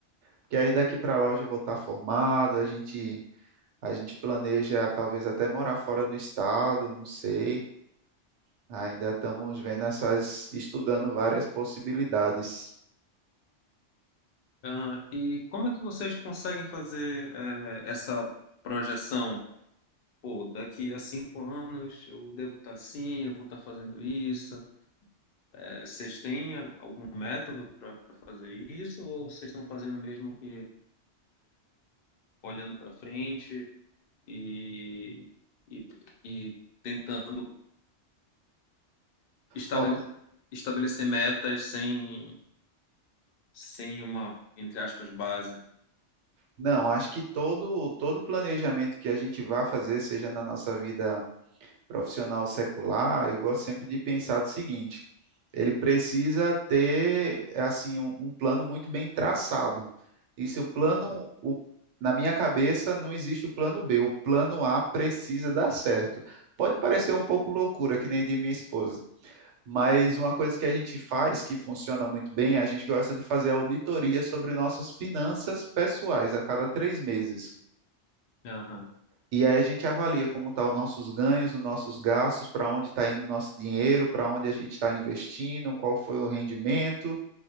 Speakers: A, on the right; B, on the left.
A: Porque aí daqui para lá eu já vou estar formado, a gente, a gente planeja talvez até morar fora do estado, não sei. Ainda estamos vendo essas, estudando várias possibilidades.
B: Aham. E como é que vocês conseguem fazer eh, essa projeção? Pô, daqui a cinco anos eu devo estar assim, eu vou estar fazendo isso. Eh, vocês têm algum método para fazer isso? Ou vocês estão fazendo mesmo que olhando para frente e, e, e tentando estabele,
A: Ó,
B: estabelecer metas sem, sem uma, entre aspas, base?
A: Não, acho que todo todo planejamento que a gente vá fazer, seja na nossa vida profissional ou secular, eu gosto sempre de pensar do seguinte: ele precisa ter assim um, um plano muito bem traçado. E se o plano, o- na minha cabeça, não existe o plano B. O plano A precisa dar certo. Pode parecer um pouco loucura, que nem de minha esposa, mas uma coisa que a gente faz que funciona muito bem, a gente gosta de fazer auditoria sobre nossas finanças pessoais a cada três meses.
B: Aham,
A: E aí a gente avalia como estão os nossos ganhos, os nossos gastos, para onde está indo o nosso dinheiro, para onde a gente está investindo, qual foi o rendimento